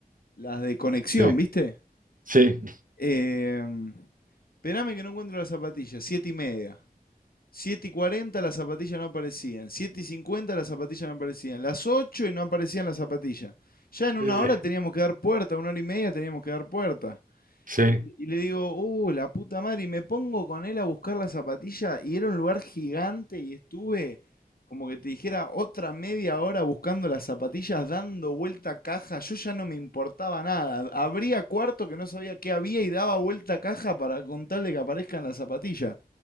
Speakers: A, on the left; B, on the right.
A: las de conexión,
B: sí,
A: ¿viste?
B: sí,
A: Em, esperame que no encuentro las zapatillas, siete y media. siete y cuarenta las zapatillas no aparecían, 7 y 50 las zapatillas no aparecían, las 8 y no aparecían las zapatillas. Ya en una
B: eh,
A: hora teníamos que dar puerta, una hora y media teníamos que dar puerta.
B: sí,
A: Y, y le digo, uh, la puta madre, y me pongo con él a buscar la zapatilla y era un lugar gigante y estuve, como que te dijera, otra media hora buscando las zapatillas, dando vuelta a caja, yo ya no me importaba nada, abría cuarto que no sabía qué había y daba vuelta a caja para contarle que aparezcan las zapatillas.